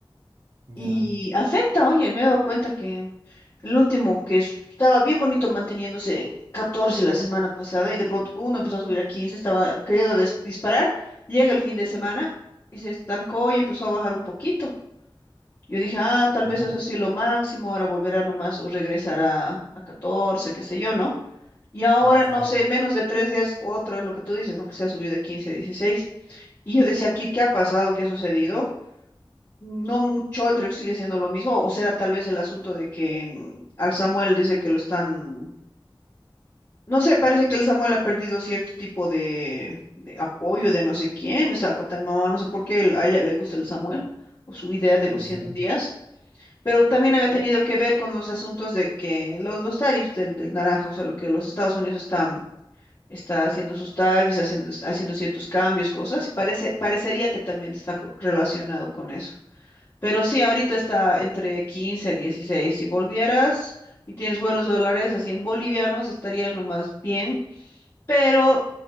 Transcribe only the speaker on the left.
Y afecta, oye, me he dado cuenta que el último, que es- estaba bien bonito manteniéndose en 14 la semana pasada y de pronto pum, empezó a subir a quince estaba queriendo des- disparar, llega el fin de semana y se estancó y empezó a bajar un poquito. Yo dije, ah, tal
vez es así lo máximo, ahora volverá nomás o regresará a catorce qué sé yo, ¿no? Y ahora,
no sé, menos de tres días, otra vez lo que tú dices, ¿no? Que se ha subido de 15 a dieciséis Y yo decía, aquí, ¿qué ha pasado? ¿Qué ha sucedido? No mucho, entre que sigue siendo lo mismo, o será tal vez el asunto de que mm, al Samuel dice que lo están, no sé, parece que el Samuel ha perdido cierto tipo de, de apoyo de no sé quién, esa cosa mi mamá, no sé por qué él- a ella le gusta el Samuel o su idea de los
100 días, pero también había tenido que ver con los asuntos de que los, los tarifs del, del naranja, o sea, lo que los Estados Unidos están, está haciendo sus tarifs, haciendo, haciendo ciertos cambios, cosas, y parece, parecería que también está co- relacionado con eso. Pero sí, ahorita está entre 15 a 16. Si volvieras y tienes buenos dólares, así en bolivianos, estarías nomás bien, pero